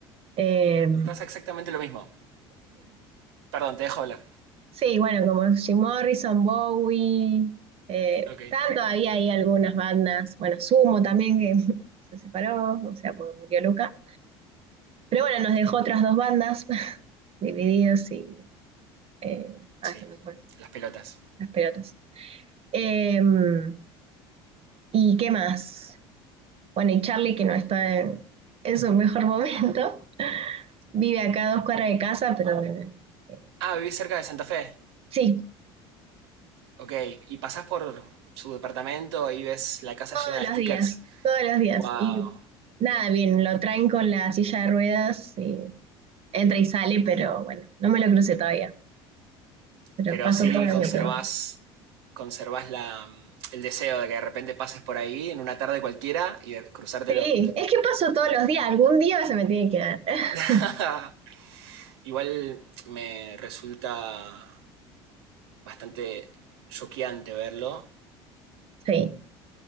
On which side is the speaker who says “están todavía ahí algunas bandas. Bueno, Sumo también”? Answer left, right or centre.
Right